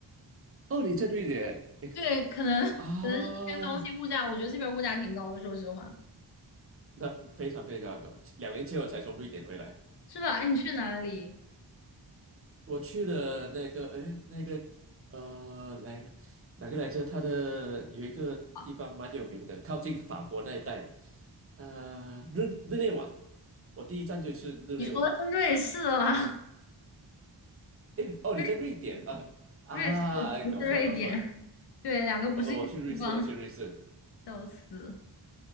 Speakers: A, on the right (about 30°); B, on the left (about 60°).
A: 哦，你在瑞典
B: 对，可能可能是这边东西物价，
A: 啊？
B: 我觉得这边物价挺高的，说实话，
A: 那非常非常高，两年前我才从瑞典回来。
B: 是吧？哎，你去哪里
A: 我去了那个，哎，那个，呃，来哪个来着？它的有一个地方蛮有名的，
B: 啊？
A: 靠近法国那一带，呃，日日内瓦。我第一站就去日内瓦。
B: 你说的是瑞士啦，
A: 哎，哦，你在瑞典啊？
B: <laughs> 瑞
A: 啊，
B: 瑞士不是瑞典，
A: 哎搞错了，搞错了。
B: 对，两个不是一个地方，
A: 我我去瑞士，我去瑞士，
B: 笑死！